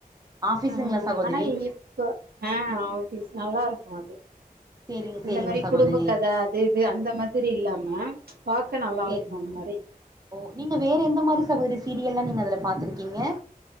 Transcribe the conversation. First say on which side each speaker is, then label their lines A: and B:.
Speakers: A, on the right; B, on the right.
A: ஆபீஸுங்களா
B: ஆ
A: சகோதரி
B: ஆனா இப்ப ஆ ஆஃபீஸ் நல்லா இருக்கு அது
A: சேரிங்க
B: இந்த
A: சேரிங்க
B: மேரி
A: சகோதரி
B: குடும்ப கத அது இது அந்த மாதிரி இல்லாம பாக்க நல்லா
A: சேரி
B: இருக்கு அந்த மாரி
A: ஓ நீங்க வேற எந்த சகோதிரி சீரியெல்லா நீங்க அதுல பாத்துருக்கீங்க